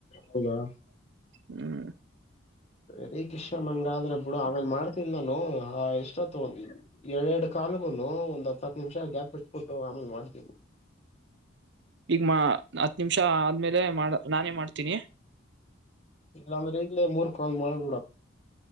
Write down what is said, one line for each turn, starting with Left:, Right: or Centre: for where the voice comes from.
Left: ಹೌದಾ.
Right: ಹು.
Left: ರೆಡಿ ಕಿಶ್ ಹಂಗ ಆದ್ರೆ ಬಿಡು ಆಮೇಲ್ ಮಾಡ್ತನ್ ನಾನು ಆ ಇಷ್ಟೊ ತಗೊಂಡಿ. ಎರಡ್ ಎರಡು ಕಾಲುಗುನು ಒಂದ ಹತ್ತು ನಿಮಿಷ ಗ್ಯಾಪ್ ಬಿಟ್ಟಟ್ಬಿಟ್ಟು ಆಮೇಲೆ ಮಾಡತೀ.
Right: ಈಗ ಮಾ ಹತ್ತ ನಿಮಿಷ ಆದ್ಮೇಲೆ ಮಾಡ ನಾನೇ ಮಾಡ್ತೀನಿ.
Left: ಇಲ್ಲಾಂದ್ರೆ ಈಗ್ಲೇ ಮೂರ್ ಕಾಲ್ ಮಾಡ್ಬಿಡ.